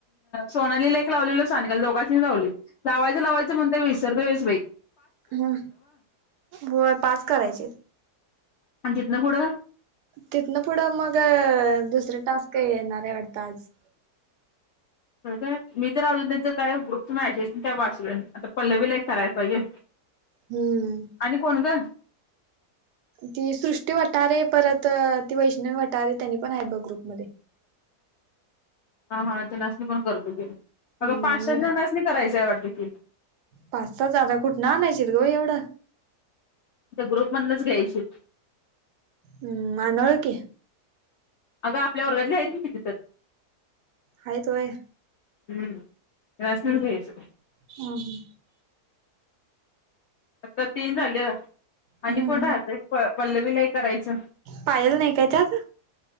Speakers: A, on the left; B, on the right.
A: सोनालीला एक लावलेलो सनिकाल दोघांसनिच लावलेल लावायचं लावायचं म्हणतय विसरतय बई
B: हम होय पाच करायचीयत
A: आण तितन पुढ
B: तिथनं पुढं मग अ दुसर टास्क का येणारे हाय वाढत आज
A: <inaudible> मी तर अजून तेंच काय ग्रुपच मॅशेजच काय वाचलो नइ पल्लवी ला एक करायल पाइजे
B: हम्म.
A: आणि कोण ग?
B: ती सृष्टी वटारे परत अ ती वैष्णवी वटारे तेंनी पण हाइत बग ग्रुपमध्ये
A: <inaudible> हा हा तेनासणी पण करतो घे की
B: हम्म
A: अग पाच सात जनासणी करायचय वाटत की
B: पाच सहा आता कुटन आणायचीत ग बई एवड
A: त्या ग्रुप मधनच घ्यायची
B: हम् अनोळखि
A: अगं आपल्या वर्गातली हाइत की किती तर
B: हाइत वय
A: हम्म त्यांनासनीच
B: हम्
A: घ्यायचं
B: हा हा
A: आत्ता तीन झाल आणि
B: हम्म
A: कोण
B: हम्म
A: राहतय पल पल्लवीला एक करायचं
B: पायल नाही काय त्यात